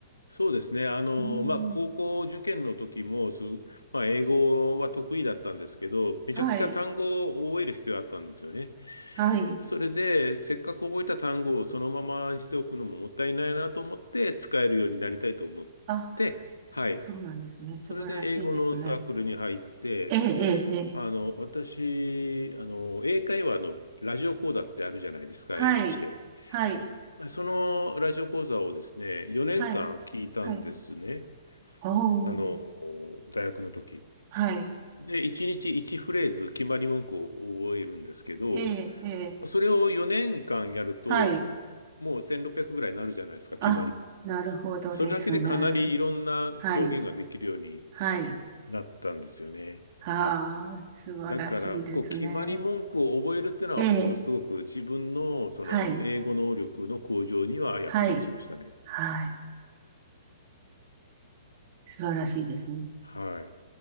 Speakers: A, on the left; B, on the right.
A: そうですね。あの、
B: うん。
A: まあ、高校受験の時も、す、まあ、英語は得意だったんですけど、めちゃくちゃ単語を覚える必要があったんですよね。
B: はい。はい。
A: それで、せっかく覚えた単語をそのままにしておくのももったいないなと思って、使えるようになりたいと思って、
B: あ、そうなんですね。
A: はい。そそれで、
B: 素晴らしいですね。
A: 英語のサークルに入って、
B: ええ、ええ、ええ。
A: あの、私、あの、英会話のラジオ講座ってあるじゃないですか、
B: はい。
A: NHK。
B: はい。
A: そのラジオ講座をですね、4年間聞いたんですね。
B: はい。はい。おー。
A: あの、大学の時。
B: はい。
A: で、1日1フレーズ決まり文句を覚えるんですけど、
B: ええ、ええ。
A: それを4年間やると、
B: はい。
A: もう1600ぐらいになるじゃないですか、決まり。
B: あ、なるほどですね。
A: それだけでかなりいろんな表現ができるように
B: はい。はい。
A: なったんですよね。
B: ああ、素晴らしいですね。
A: だから、こう、決まり文句を覚えるっていうのは、
B: ええ。
A: ものすごく自分のその英語能力の向上には役立ちましたね。
B: はい。はい。はい。素晴らしいですね。
A: はい。